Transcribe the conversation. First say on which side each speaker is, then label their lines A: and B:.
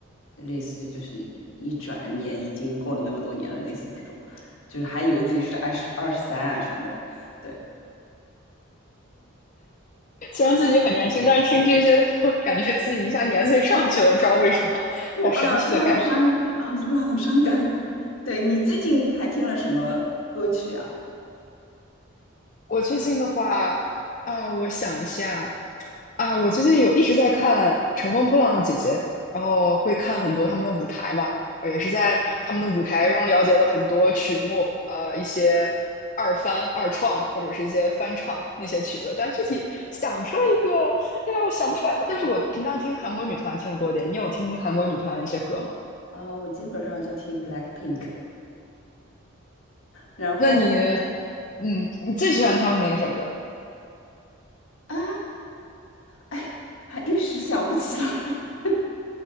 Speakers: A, on the left; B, on the left.
A: 类似于就是一转眼已经过了那么多年了，类似于这种，就是还以为自己是二十二十三啊什么的，对，
B: 虽然自己很年轻，但是听这些，<laughs> 感觉自己一下年岁上去了，不知道为什么，
A: 对啊，
B: 好神奇的感觉。
A: 突然好伤，好突然好伤感。<laughs> 对你最近还听了什么歌曲啊？
B: 我最近的话啊，我想一下，啊，我最近有一直在看《乘风破浪的姐姐》，然后会看很多他们的舞台嘛，呃也是在他们的舞台中了解了很多曲目，呃，一些二翻、二创或者是一些翻唱那些曲子，但具体想出来一个，哎呀，我想不出来。但是我平常听韩国女团听得多一点，你有听韩国女团的一些歌吗？
A: 啊，我基本上就听 Blackpink，然后
B: 那你，嗯，你最喜欢他们哪一首歌？
A: 啊，哎，还一时想不起来。<laughs>